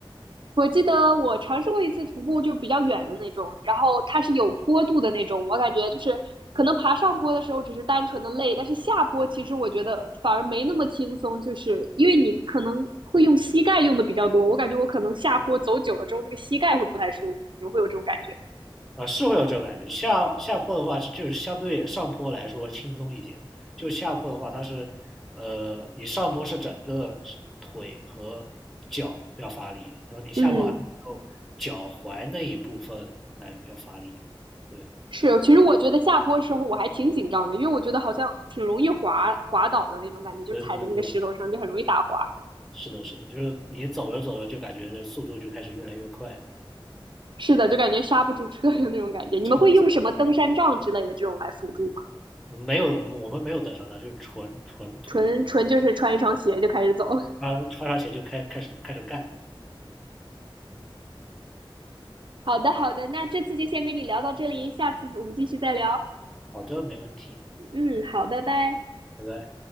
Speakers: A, on the right; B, in the centre.
A: 我记得我尝试过一次徒步，就比较远的那种，然后它是有坡度的那种。我感觉就是可能爬上坡的时候只是单纯的累，但是下坡其实我觉得反而没那么轻松，就是因为你可能会用膝盖用的比较多。我感觉我可能下坡走久了之后，那个膝盖会不太舒服，你会有这种感觉。
B: 啊，是会有这种感觉。下下坡的话是就是相对上坡来说轻松一些就下坡的话它是，呃，你上坡是整个腿和脚要发力，然后你下坡还是有脚踝那一部分来要发力。
A: 嗯，
B: 对，
A: 是，其实我觉得下坡时候我还挺紧张的，因为我觉得好像挺容易滑滑倒的那种感觉，就是踩在那个石头上就很容易打滑。
B: 对对对对，是的，是的，就是你走着走着就感觉这速度就开始越来越快。
A: 是的，就感觉刹不住车有那种感觉。你们会用什么登山杖之类的这种来辅助吗？
B: 是的，我们没有我们没有登山的，就是纯纯徒，
A: 纯纯就是穿一双鞋就开始走。<laughs>
B: 穿穿上鞋就开开始开始干。
A: 好的，好的，那这次就先跟你聊到这里，下次我们继续再聊。
B: 好的，没问题，
A: 嗯，好，拜拜。
B: 拜拜。